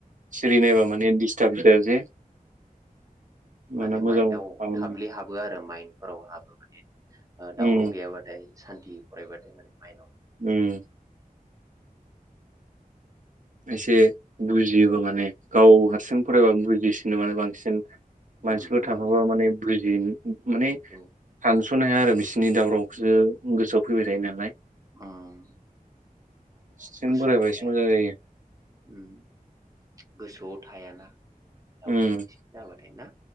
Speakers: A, on the right; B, on the right.
A: सिरि नायबा माने दिस ट्राक्ट जाया जे माना
B: माने
A: मोजां
B: माइन्दाव
A: माबानि
B: हाबलि हाब हाबो आरो माइन्दफोराव हाबो माने दावराव
A: उम
B: गैयाबाथाय सान्थि फरायबाथाय माने माइआव
A: उम एसे बुजियोबो माने गाव हारसिं फरायबा बुजिसिनो माने बांसिन। मानसिफोर
B: उम उम
A: थाफाबा माने बुजि माने सानस
B: औ
A: सानस'नो हाया आरो बिसोरनि दावरावखौसो गोसोआव फैबाय थायो नालाय।
B: उम
A: सिम
B: गोसोआव
A: बोरायबा
B: थाया
A: एसे मोजां जायो।
B: उम गोसोआव थायाना बेफोर राव
A: उम
B: एसे जाबाथाय ना?